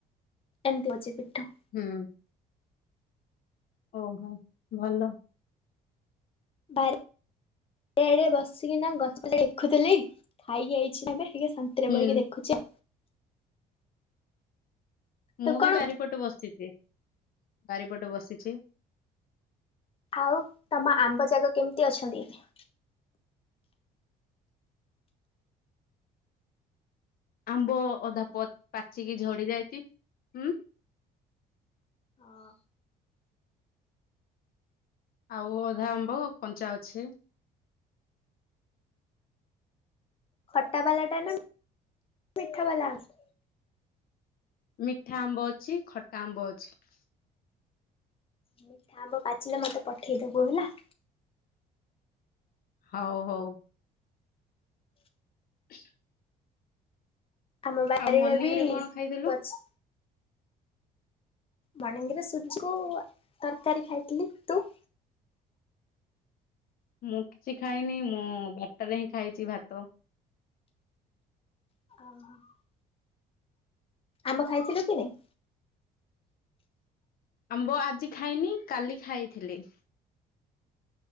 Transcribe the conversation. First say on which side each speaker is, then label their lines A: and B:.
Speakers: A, on the left; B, on the left.
A: ଏମିତି ହୋଇଛି ପିଠୋଉ।
B: ହୁଁ। ଓହୋ ଭଲ।
A: ବାର ଏଡେ ବସିକି ନା ଗଛ ଦେଖୁଥିଲି ଖାଇକି ଆଇଛି ଏବେ ଟିକେ ଶାନ୍ତିରେ
B: ହୁଁ
A: ବହିକି ଦେଖୁଛି ଆଉ।
B: ମୁଁ
A: ତୁ
B: ବି
A: କଣ
B: ବାରିପଟେ ବସିଛି ବାରିପଟେ ବସିଛି।
A: ଆଉ ତମ ଆମ୍ବ ଯାଗ କେମିତି ଅଛନ୍ତି ଏଠି?
B: ଆମ୍ବ ଅଧା ପ ପାଚିକି ଝଡି ଯାଇଛି, ହୁଁ।
A: ହଁ।
B: ଆଉ ଅଧା ଆମ୍ବ କଞ୍ଚା ଅଛି।
A: ଖଟା ବାଲା ଟା ନା ମିଠା ବାଲା ଆସ
B: ମିଠା ଆମ୍ବ ଅଛି, ଖଟା ଆମ୍ବ ଅଛି।
A: ମିଠା ଆମ୍ବ ପାଚିଲେ ମତେ ପଠେଇଦବୁ ହେଲା।
B: ହଁ ହୋଉ। <unintelligible>
A: ଆମ ବାରିରେ
B: ଆଉ ମର୍ଣ୍ଣିଂ
A: ବି
B: ରେ କଣ
A: ଠିକ
B: ଖାଇଥିଲୁ?
A: ଅଛି। ମର୍ଣ୍ଣିଙ୍ଗରେ ସୁଜିକୁ ତରକାରୀ ଖାଇଥିଲି, ତୁ?
B: ମୁଁ କିଛି ଖାଇନି ମୁଁ ବାଟରେ ହିଁ ଖାଇଛି ଭାତ।
A: <unintelligible> ଆମ୍ବ ଖାଇଥିଲୁ କି ନାଇ?
B: ଆମ୍ବ ଆଜି ଖାଇନି କାଲି ଖାଇଥିଲି।